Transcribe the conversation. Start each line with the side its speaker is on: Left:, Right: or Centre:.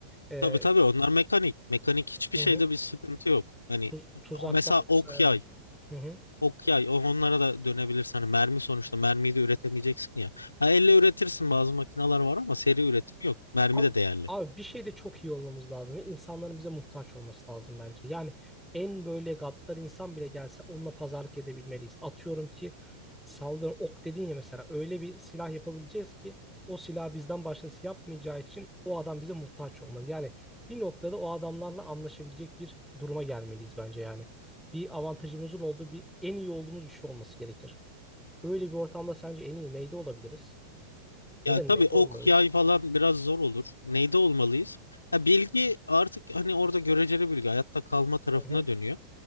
Centre: E,
Left: Tabii tabii onlar mekanik. Mekanik hiçbir
Centre: Hı
Left: şeyde
Centre: hı.
Left: bir sıkıntı yok. Hani
Centre: Tuz- tuzaklar
Left: o- mesela ok
Centre: vesaire.
Left: yay.
Centre: Hı hı.
Left: Ok yay onlara da dönebilirsin. Hani mermi sonuçta mermiyi de üretemeyeceksin ya. Ha, elle üretirsin bazı makineler var ama seri üretim yok. Mermi
Centre: Abi,
Left: de değerli.
Centre: abi bir şeyde çok iyi olmamız lazım. ve İnsanların bize muhtaç olması lazım bence. Yani en böyle gaddar insan bile gelse onunla pazarlık edebilmeliyiz. Atıyorum ki saldırı ok dedin ya mesela öyle bir silah yapabileceğiz ki o silahı bizden başkası yapmayacağı için o adam bize muhtaç olmalı. Yani bir noktada o adamlarla anlaşabilecek bir duruma gelmeliyiz bence yani. Bir avantajımızın olduğu bir en iyi olduğumuz bir şey olması gerekir. Öyle bir ortamda sence en iyi neyde olabiliriz? Ya
Left: Ya
Centre: da
Left: tabii
Centre: neli olmalıyız.
Left: ok yay falan biraz zor olur. Neyde olmalıyız? Ya bilgi artık hani orada göreceli bilgi hayatta kalma tarafına
Centre: Hı hı,
Left: dönüyor.